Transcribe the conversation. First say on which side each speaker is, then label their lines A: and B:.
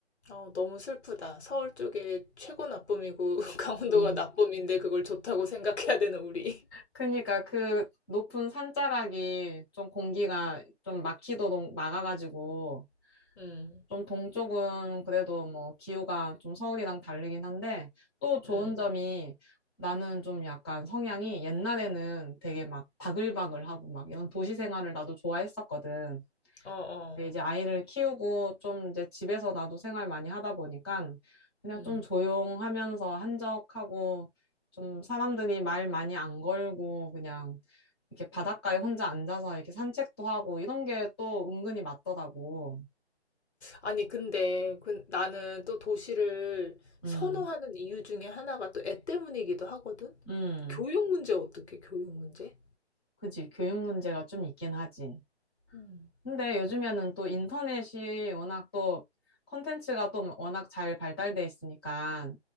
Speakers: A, on the left; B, on the left.
A: 어, 너무 슬프다. 서울 쪽에 최고 나쁨이고 <laughs> 강원도가
B: 음.
A: 나쁨인데 그걸 좋다고 생각해야 되는 우리.
B: 그러니까 그 높은 산자락이 좀 공기가 좀 막히도록 막아가지고
A: <laughs> 음,
B: 좀 동쪽은 그래도 뭐 기후가 좀 서울이랑 다르긴 한데 또 좋은
A: 음.
B: 점이 나는 좀 약간 성향이 옛날에는 되게 막 바글바글하고 막 이런 도시 생활을 나도 좋아했었거든.
A: 어, 어.
B: 근데 이제 아이를 키우고 좀 이제 집에서 나도 생활 많이 하다 보니까 그냥
A: 음.
B: 좀 조용하면서 한적하고 좀 사람들이 말 많이 안 걸고 그냥 이렇게 바닷가에 혼자 앉아서 이렇게 산책도 하고 이런 게 또 은근히 맞더라고.
A: 아니, 근데 그, 나는 또 도시를
B: 음,
A: 선호하는 이유 중에 하나가 또 애 때문이기도 하거든?
B: 음,
A: 교육 문제 어떻게, 교육 문제?
B: 그지. 교육 문제가 좀 있긴 하지.
A: 음.
B: 근데 요즘에는 또 인터넷이 워낙 또 컨텐츠가 또 워낙 잘 발달돼 있으니까